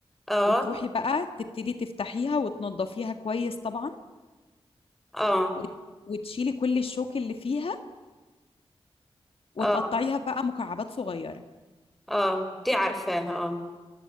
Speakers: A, in the centre; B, on the left.
A: آه
B: وتروحي بقى تبتدي تفتحيها وتنضفيها كويس طبعا
A: آه
B: وت- وتشيلي كل الشوك اللي فيها وتقطعيها
A: آه
B: بقى مكعبات صغيرة
A: آه دي عارفاها آه